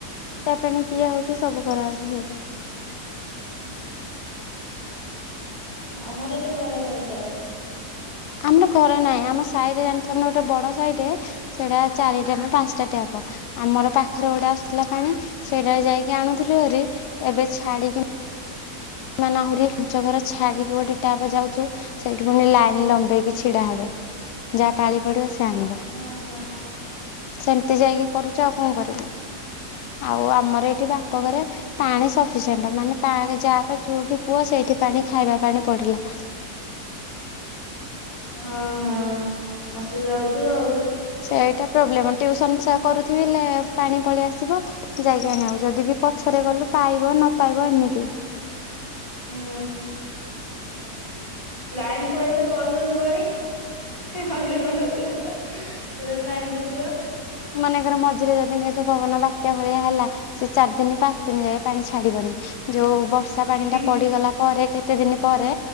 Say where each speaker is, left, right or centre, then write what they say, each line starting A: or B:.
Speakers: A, on the left (about 80°); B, on the left (about 20°).
A: ଟ୍ୟାପ୍ ପାଣି ପିଆ ହଉଚି ସବୁ କରାହେଉଚି <unintelligible>
B: ଆମର ଏଠି ଘରେ ଘରେ ଟ୍ଯାପେ।
A: ଆମର ଘର ନାଇଁ ଆମ ସାଇରେ ଜାଣିଚନା ଗୋଟେ ବଡ ସାାଇଟେ ସେଟା ଚାରିଟା ନା ପାଞ୍ଚଟା ଟ୍ଯାପ। ଆମର ପାଖରେ ଗୋଟେ ଆସୁଥିଲା ପାଣି ସେଇଟାରେ ଯାଇକି ଆଣୁଥିଲୁ ଭାରି ଏବେ ଛାଡିକି ମାନେ ଆହୁରି ପାଞ୍ଚ ଘର ଛାଡିକି ଗୋଟେ ଟ୍ଯାପେ ଯାଉଚୁ। ସେଇଠି ପୁଣି ଲାଇନ ଲମ୍ବେଇକି ଛିଡା ହେବେ। ଯାହା ପାଳି ପଡିବ ସିଏ ଆଣିବ।
B: ହଁ
A: ସେମିତି ଯାଇକି କରୁଚୁ ଆଉ କଣ କରିବୁ। ଆଉ ଆମର ଏଠି ବାପଘରେ ପାଣି ସଫିସିଏଣ୍ଟ ମାନେ ପାଣି ଯାର ଯୋଉଠି ପୁଅ ସେଇଠି ପାଣି ଖାଇବା ପାଣି ପଡିଲା।
B: ହଁ ହଁ ଅସୁବିଧା ହୋଉଥୁବ ଆଉ।
A: ସେଇଟା ପ୍ରୋବ୍ଲେମ। ଟ୍ଯୁସନସା କରୁଥିଲେ ପାଣି ପଳେଇ ଆସିବ। ଯାଇକି ଆଣିବାକୁ। ଯଦି ବି ପଛରେ ଗଲୁ ପାଇବ ନ ପାଇବ ଏମିତି।
B: ହୁଁ ଲାଇନ୍ ପଳେଇଲେ ବସତ ପାଣି। ହଇରାଣ ହୋଉଚୁନା ଯେତେବେଳେ ଲାଇନ୍ ନ ଥିବ।
A: ମନେଙ୍କର ମଝିରେ ଯଦି ମେଘ ପବନ ବାତ୍ୟା ଭଳିଆ ହେଲା ସେ ଚାରି ଦିନି ପାଞ୍ଚ ଦିନି ଯାଏ ପାଣି ଛାଡିବନି। ଯୋଉ ବର୍ଷା ପାଣି
B: ହଁ
A: ଟା ପଡିଗଲା। ପରେ କେତେ ଦିନି ପରେ